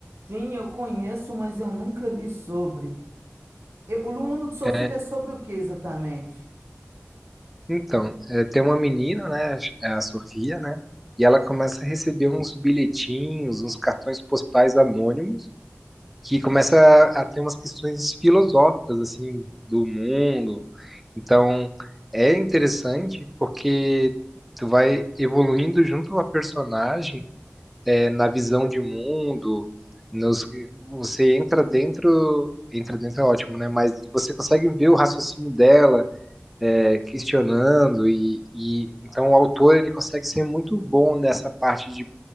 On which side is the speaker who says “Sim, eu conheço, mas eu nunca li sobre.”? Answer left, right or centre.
Right